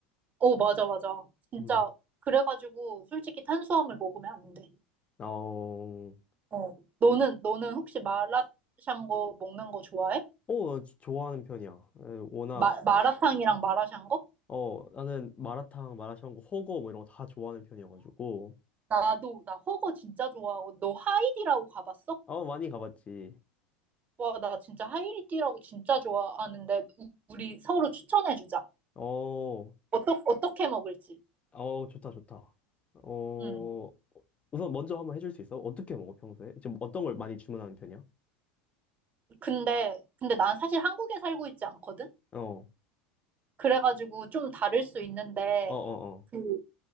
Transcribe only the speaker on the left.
음.
아, 어,
어, 저- 좋아하는 편이야. 에, 워낙,
어, 나는 마라탕, 마라샹궈, 호거 뭐 이런 거 다 좋아하는 편이어가지고.
어, 많이 가봤지.
어,
어, 좋다, 좋다. 어,
우선 먼저 한번 해줄 수 있어? 어떻게 먹어, 평소에? 지금 어떤 걸 많이 주문하는 편이야?
어.
어어어. 어,